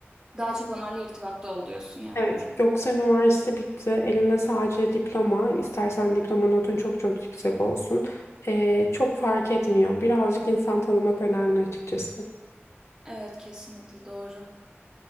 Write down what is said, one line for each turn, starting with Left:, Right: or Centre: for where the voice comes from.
Right: Daha çok onlarla irtibatta ol diyorsun yani.
Left: Evet, yoksa üniversite bitti. Elinde sadece diploma. istersen diploma notun çok çok yüksek olsun. Ee, çok fark etmiyor. Birazcık insan tanımak önemli açıkçası.
Right: Evet kesinlikle doğru.